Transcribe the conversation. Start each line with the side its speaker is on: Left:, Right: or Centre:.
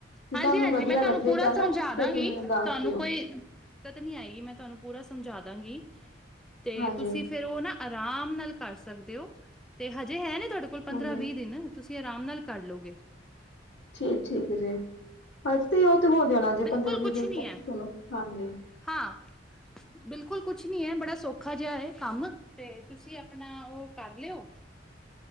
Left: ਜੇ
Centre: ਹਾਂਜੀ
Left: ਤੁਹਾਨੂੰ
Centre: ਹਾਂਜੀ
Left: ਵਧੀਆ
Centre: ਮੈਂ ਤੁਹਾਨੂੰ
Left: ਲੱਗੇਗਾ
Centre: ਪੂਰਾ
Left: ਨਾ
Centre: ਸਮਝਾ
Left: ਫਿਰ
Centre: ਦਾਂਗੀ
Left: ਤੁਸੀ ਮੈਨੂੰ ਦੱਸ
Centre: ਤੁਹਾਨੂੰ
Left: ਦਿਓ
Centre: ਕੋਈ ਦਿੱਕਤ ਤੇ ਨੀ ਆਏਗੀ ਮੈਂ ਤੁਹਾਨੂੰ ਪੂਰਾ ਸਮਝਾ ਦਾਂਗੀ ਤੇ
Left: ਹਾਂਜੀ
Centre: ਤੁਸੀਂ ਫੇਰ ਉਹ ਨਾ ਆਰਾਮ ਨਾਲ ਕਰ ਸਕਦੇ ਹੋ ਤੇ ਹਜੇ ਹੈ ਨੀ ਤੁਹਾਡੇ ਕੋਲ ਪੰਦਰਾਂ
Left: ਹਾਂਜੀ
Centre: ਵੀਹ ਦਿਨ ਤੁਸੀਂ ਆਰਾਮ ਨਾਲ ਕਢ ਲਓਗੇ
Left: ਚਲੋ ਠੀਕ ਠੀਕ ਹੈ ਜੀ ਅੱਜ ਤੇ ਉਹ ਤੇ ਹੋ ਜਾਣਾ ਜੇ
Centre: ਬਿਲਕੁਲ
Left: ਪੰਦਰਾਂ ਵੀਹ
Centre: ਕੁਛ
Left: ਦਿਨ
Centre: ਨੀ
Left: ਤੱਕ
Centre: ਹੈ
Left: ਚਲੋ ਹਾਂਜੀ
Centre: ਹਾਂ ਬਿਲਕੁਲ ਕੁਛ ਨੀ ਹੈ ਬੜਾ ਸੌਖਾ ਜਿਹਾ ਹੈ ਕੰਮ ਤੇ ਤੁਸੀਂ ਆਪਣਾ ਉਹ ਕਰ ਲਿਓ।